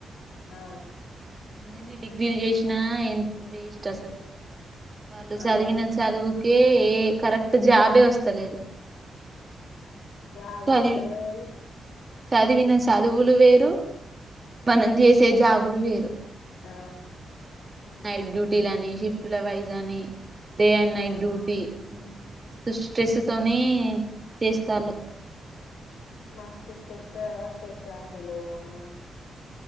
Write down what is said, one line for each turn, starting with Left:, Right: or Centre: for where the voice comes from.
Left: ఆ
Right: ఎన్ని డిగ్రీలు చేసిన ఎంత వేస్ట్ అసలు వాళ్ళు చదివిన
Left: ఆ
Right: చదువుకే కరెక్ట్ జాబే వస్తలేదు
Left: జా
Right: చదివి
Left: వస్తతలే
Right: చదివిన చదువులు వేరు పనిం చేసే జాబులు వేరు
Left: ఆ
Right: నాయిట్ డ్యూటీ ని శిఫ్ట్ వైజా అని డే అండ్ నైట్
Left: ఆ
Right: డ్యూటీ మ స్ట్రెస్ తోని చేస్తారు
Left: మాస్తుస్తు శ్రేష శ్రేషాస్ సలుమ